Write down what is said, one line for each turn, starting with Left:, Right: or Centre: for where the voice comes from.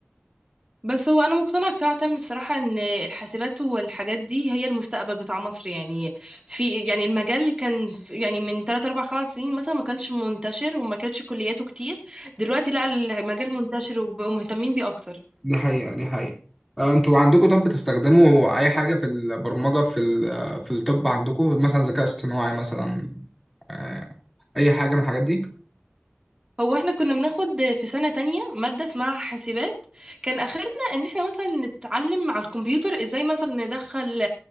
Right: بس هو انا مقتنعه اقتناع تام الصراحه ان الحاسبات والحاجات دي هي المستقبل بتاع مصر يعني في يعني المجال كان في- يعني من 3 4 5 سنين مثلا ما كانش منتشر وما كانتش كلياته كتير دلوقتي لا المجال منتشر وبقوا مهتمين بيه اكتر
Centre: دي حقيقة دي حقيقة آه، انتوا عندكم طب بتستخدموا اي حاجة في البرمجة في ال- في الطب عندكم مثلا ذكاء اصطناعي مثلا آه، اي حاجة من الحاجات دي
Right: هو احنا كنا بناخد في سنة تانية مادة اسمها حاسبات كان اخرنا ان احنا مثلا نتعلم على الكمبيوتر ازاي مثلا ندخل